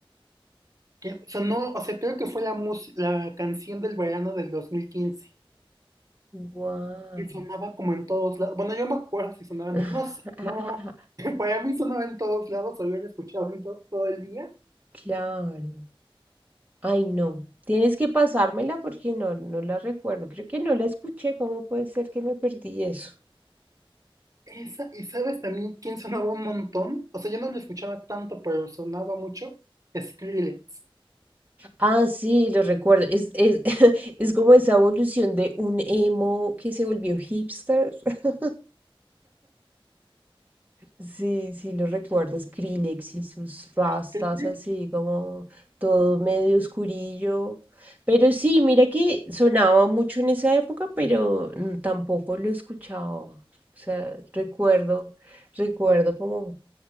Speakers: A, on the right; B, on the right.
A: que sonó, o sea, creo que fue la, mus- la canción del verano del 2015,
B: Wow.
A: y sonaba como en todos lados, bueno, yo me acuerdo si sonaba
B: <laughs>
A: en todos, no sé, no, <laughs> para mí sonaba en todos lados, o yo la escuchaba en to- todo el día,
B: Claro. Ay, no. Tienes que pasármela porque no, no la recuerdo. Creo que no la escuché. ¿Cómo puede ser que me perdí eso?
A: Esa, y sabes también quién sonaba un montón, o sea, yo no lo escuchaba tanto, pero sonaba mucho, Skrillex.
B: Ah, sí, lo recuerdo. Es, es, <laughs> es como esa evolución de un emo que se volvió hipster. <laughs> Sí, sí, lo recuerdo. Skrillex y sus rastas
A: Skrillex,
B: así como todo medio oscurillo. Pero sí, mira que sonaba mucho en esa época, pero mm, tampoco lo escuchaba. O sea, recuerdo, recuerdo como